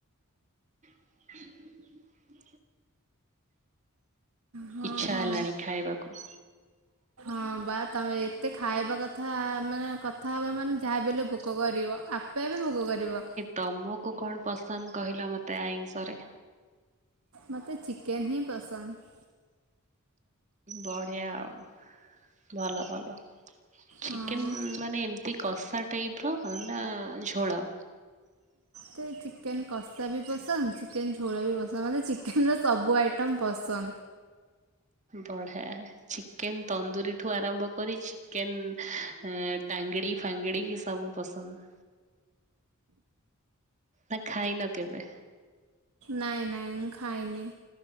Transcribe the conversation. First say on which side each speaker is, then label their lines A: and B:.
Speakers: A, on the right; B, on the right.
A: <inaudible>
B: ହଁ
A: ଇଚ୍ଛା
B: ହଁ।
A: ହେଲାଣି ଖାଇବାକୁ।
B: ହଁ ବା ତମେ ଏତେ ଖାଇବା କଥା ମାନେ କଥା ହବ ମାନେ ଯାହା ହେଲେ ଭୋକୋ କରିବ। ଆପେ ଆପେ ଭୋକୋ କରିବ।
A: ତମୁକୁ କଣ ପସନ୍ଦ କହିଲ ମତେ ଆଇଁଷରେ?
B: ମତେ ଚିକେନ ହିଁ ପସନ୍ଦ।
A: ବଢିଆ ଆଉ ଭଲ ଭଲ। ଚିକେନ
B: ହଁ।
A: ମାନେ ଏମିତି କଷା ଟାଇପ ର ନା ଝୋଳ?
B: ମତେ ଚିକେନ କଷା ବି ପସନ୍ଦ ଚିକେନ୍ ଝୋଳ ବି ପସନ୍ଦ ମୋତେ ଚିକେନର ସବୁ ଆଇଟମ୍ ପସନ୍ଦ।
A: ବଢିଆ ଚିକେନ ତନ୍ଦୁୁରୀ ଠୁ ଆରମ୍ଭ କରି ଚିକେନ ଏଁ ଟାଙ୍ଗଡି ଫାଙ୍ଗଡିିକ ସବୁ ପସନ୍ଦ। ନା ଖାଇନ କେବେ?
B: ନାଇଁ ନାଇଁ ମୁଁ ଖାଇନି।